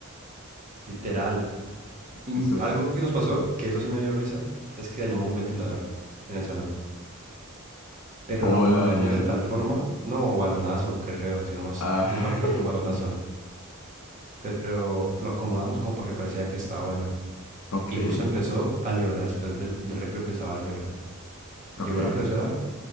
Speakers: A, on the right; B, on the left.
A: literal. Y
B: eso es,
A: algo que nos pasó, que eso sí me dio risa, es que dañamos un ventilador en el salón. Pero
B: ¿cómo
A: lo acomodamos
B: la dañaron?
A: de tal forma, no, balonazo, creo, si no más,
B: Ah,
A: si no más recuerdo,
B: <laughs>
A: un balonazo. Pero lo acomodamos como para que pareciera que estaba bueno.
B: ok,
A: Y justo empezó álgebra, después del, del recreo empezaba álgebra. Llegó
B: ok,
A: la profesora